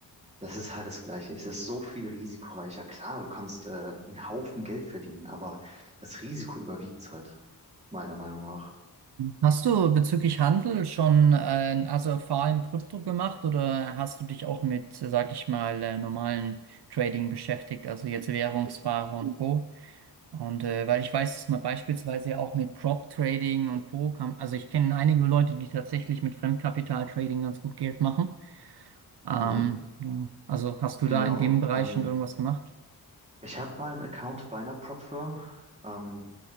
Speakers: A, on the right; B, on the right.
A: das ist halt das Gleiche. Es ist so viel risikoreicher. Klar, du kannst äh, einen Haufen Geld verdienen, aber das Risiko überwiegt halt, meiner Meinung nach.
B: Hast du bezüglich Handel schon äh, also vor allem Krypto gemacht oder hast du dich auch mit, sag ich mal, äh, normalen Trading beschäftigt, also jetzt Währungsware und Co.? Und äh, weil ich weiß, dass man beispielsweise ja auch mit Prop Trading und Co. kann, also ich kenne einige Leute, die tatsächlich mit Fremdkapital Trading ganz gut Geld machen. Ähm,
A: Mhm.
B: ja. Also hast du
A: Genau.
B: da in dem Bereich
A: Ähm,
B: schon irgendwas gemacht?
A: ich hatte mal einen Account bei einer Prop-Firm. Ähm,